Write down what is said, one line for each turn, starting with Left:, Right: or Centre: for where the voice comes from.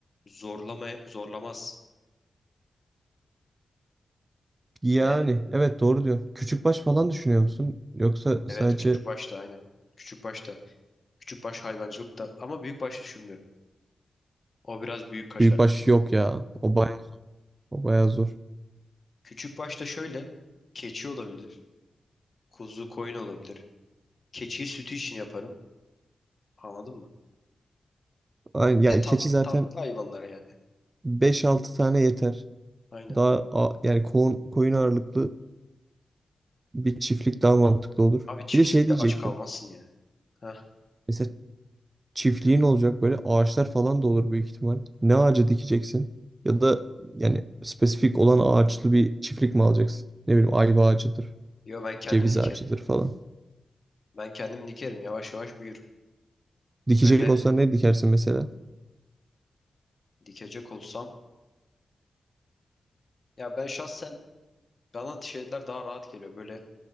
Left: zorlama zorlamaz.
Right: Yani
Left: Ve
Right: evet doğru diyor. Küçükbaş falan düşünüyor musun? Yoksa
Left: evet
Right: sadece
Left: küçük başta aynen. Küçük başta. Küçük baş hayvancılıkta ama büyük baş düşünmüyorum. O biraz büyük kaçar.
Right: büyükbaş yok ya. O bayağı, o bayağı zor.
Left: Küçük başta şöyle. Keçi olabilir. Kuzu, koyun olabilir. Keçiyi sütü için yaparım. Anladın mı?
Right: Aynen, yani
Left: Ne tatlı
Right: keçi zaten
Left: tatlı hayvanlara yani.
Right: beş altı tane yeter.
Left: Aynen.
Right: Daha a- yani koyun, koyun ağırlıklı bir çiftlik daha mantıklı olur.
Left: Abi çiftlikte
Right: Bir de şey diyecektim.
Left: aç kalmazsın yani. Heh.
Right: Mesela çiftliğin olacak böyle ağaçlar falan da olur büyük ihtimal. Ne ağacı dikeceksin? Ya da yani spesifik olan ağaçlı bir çiftlik mi alacaksın? Ne bileyim ayva ağacıdır,
Left: Yo ben kendim
Right: ceviz
Left: dikerim.
Right: ağacıdır falan.
Left: Ben kendim dikerim. Yavaş yavaş büyür.
Right: Dikecek
Left: Böyle
Right: olsan ne dikersin mesela?
Left: dikecek olsam. Ya ben şahsen bana şeyler daha rahat geliyor. Böyle